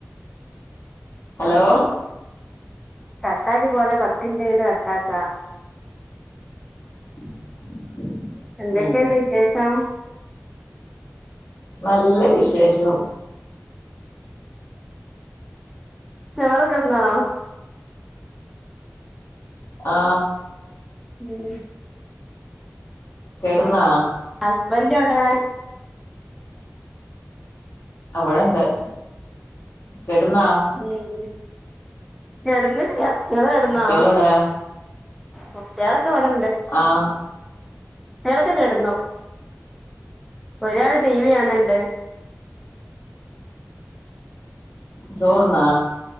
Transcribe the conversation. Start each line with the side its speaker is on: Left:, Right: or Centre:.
Left: ഹലോ
Centre: കട്ടാക്കി പോവല്ലെ പത്തിൻറ്റ് കയിഞ്ഞിട്ട് കട്ടാക്കാ
Left: <inaudible>
Centre: എന്തൊക്കെണ്ട്
Left: ഉം
Centre: വിശേഷം
Left: നല്ല വിശേഷം
Centre: ചോറൊക്കെന്നോ
Left: ആ
Centre: ഉം
Left: കിടന്നാ
Centre: ഹസ്ബൻഡോടെ
Left: അവിടെണ്ട് കെടന്നാ
Centre: ഉം കെടന്ന് ഇങ്ങൾ കെടന്നാ
Left: കുട്ടികളെവിടെ
Centre: <unintelligible> വടണ്ട്
Left: ആഹ്
Centre: ട്യാളൊക്കെ കേടന്നു ഒരാൾ ടി വി കാണണ്ട്
Left: ചോറ്ന്നാ